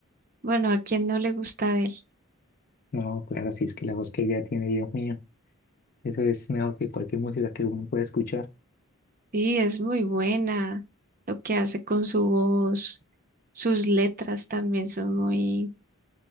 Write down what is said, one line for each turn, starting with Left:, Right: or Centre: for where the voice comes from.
Right: Bueno, ¿a quién no le gusta Adele?
Left: No, claro, si es que la voz que ella tiene, Dios mío, eso es mejor que cualquier música que uno pueda escuchar.
Right: Sí, es muy buena. Lo que hace con su voz. Sus letras también son muy